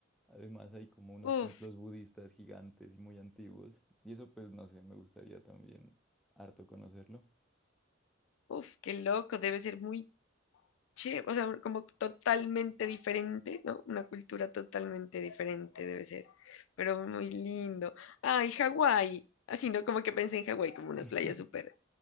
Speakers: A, in the centre; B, on the left.
A: Además hay como unos
B: Uf,
A: templos budistas gigantes y muy antiguos y eso pues no sé, me gustaría también harto conocerlo.
B: uf, qué loco, debe ser muy che, o sea, como totalmente diferente, ¿no? Una cultura totalmente diferente debe ser, pero muy lindo. Ay, Hawái, así, ¿no? Como que pensé en Hawái como
A: <laughs>
B: unas playas súper.